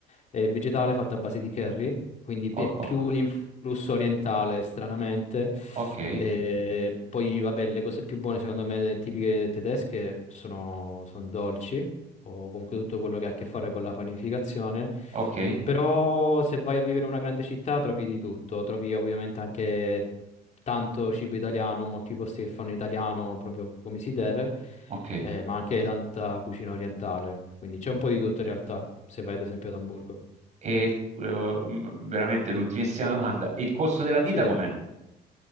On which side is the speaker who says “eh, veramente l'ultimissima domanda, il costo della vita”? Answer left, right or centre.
Right